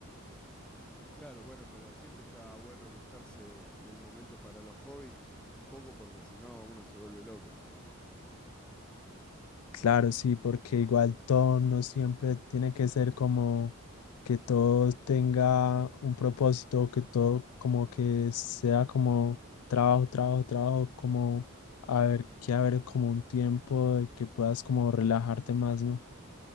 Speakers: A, in the centre; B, on the left.
A: Claro, bueno, pero siempre está bueno buscarse el momento para los hobbies, un poco porque si no uno se vuelve loco.
B: Claro, sí, porque igual todo no siempre tiene que ser como que todo tenga un propósito, que todo como que sea como trabajo, trabajo, trabajo, como a ver, que haber como un tiempo de que puedas como relajarte más, ¿no?